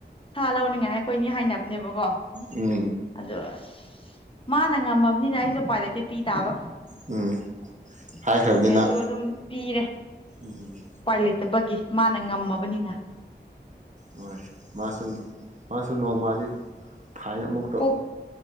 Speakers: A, on the left (about 30°); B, on the right (about 45°).
A: ꯁꯥ ꯂꯧꯅꯤꯡꯉꯥꯏ ꯑꯩꯈꯣꯏꯅꯤ ꯍꯥꯏꯅꯕꯅꯦꯕꯀꯣ
B: ꯎꯝ
A: ꯑꯗꯣ ꯑꯁ ꯃꯥꯅ ꯉꯝꯃꯕꯅꯤꯅ ꯑꯩꯁꯨ ꯎꯄꯥꯏ ꯂꯩꯇꯦ ꯄꯤ ꯇꯥꯕ
B: ꯎꯝ ꯍꯥꯏꯈ꯭ꯔꯕꯅꯤꯅ
A: ꯄꯤꯅꯤꯡꯗ꯭ꯔꯁꯨ ꯑꯗꯨꯝ ꯄꯤꯔꯦ
B: ꯎꯝ
A: ꯎꯄꯥꯏ ꯂꯩ ꯇꯕꯒꯤ ꯃꯥꯅ ꯉꯝꯃꯕꯅꯤꯅ
B: ꯍꯣꯏ ꯃꯥꯁꯨ ꯃꯥꯁꯨ ꯅꯣꯡꯃꯗꯤ ꯐꯥꯏꯟ ꯑꯃꯨꯛꯇꯧ
A: ꯑꯣ